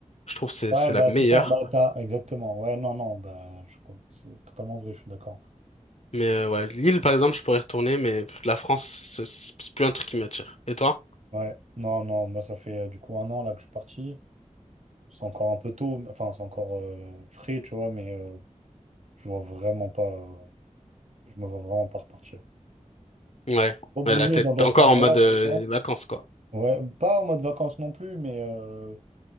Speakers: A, on the left; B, on the right.
A: je trouve c'est
B: Ouais,
A: c'est
B: bah
A: la meilleure.
B: c'est ça, bah t'as exactement. Ouais, non, non, bah je c'est totalement vrai, je suis d'accord.
A: Mais euh, ouais, Lille, par exemple, je pourrais retourner, mais pff, la France, c'est c'est plus un truc qui m'attire. Et toi?
B: Ouais, non, non, moi ça fait euh, du coup un an là que je suis parti. C'est encore un peu tôt, mais- enfin c'est encore euh, frais, tu vois, mais euh, je vois vraiment pas, euh, je me vois vraiment pas repartir.
A: Ouais,
B: Faut bouger
A: ouais, la tête.
B: dans d'autres
A: T'es encore
B: endroits,
A: en mode euh,
B: tu vois.
A: vacances, quoi.
B: Ouais, pas en mode vacances non plus, mais euh,